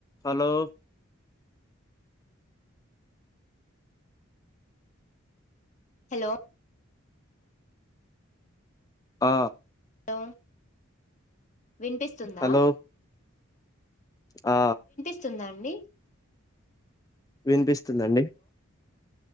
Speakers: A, on the left; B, on the left.
A: Hello
B: hello
A: ఆ
B: అ వినిపిస్తుందా
A: హలో ఆ
B: స్తుందా అండి
A: వినిపిస్తుందండి